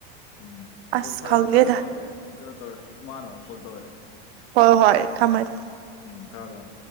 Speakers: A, on the left (about 50°); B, on the right (about 75°).
A: ꯎꯝ
B: ꯑꯁ
A: ꯍꯣꯏ ꯐꯔꯦ
B: ꯈꯪꯗꯦꯗ
A: ꯊꯝꯃꯒꯒꯦ ꯀꯩꯅꯣ ꯇꯧꯔꯦ ꯏꯃꯥꯅꯕ ꯑꯃ ꯐꯣꯟ ꯇꯧꯔꯛꯑꯦ
B: ꯍꯣꯏ ꯍꯣꯏ ꯊꯝꯃꯃꯦ ꯊꯝꯃꯃꯦ
A: ꯎꯝ ꯍꯥꯎꯗ